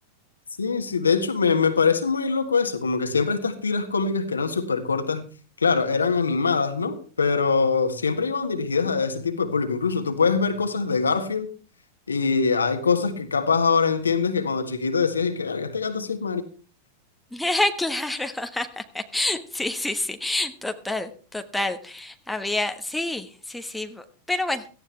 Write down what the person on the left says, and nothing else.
Sí, sí, de hecho me, me parece muy loco eso, como que siempre estas tiras cómicas que eran súper cortas, claro, eran animadas, ¿no? Pero siempre iban dirigidas a ese tipo de público. Incluso tú puedes ver cosas de Garfield y hay cosas que capaz ahora entiendes que cuando chiquito decías, y que "Verga, este gato sí es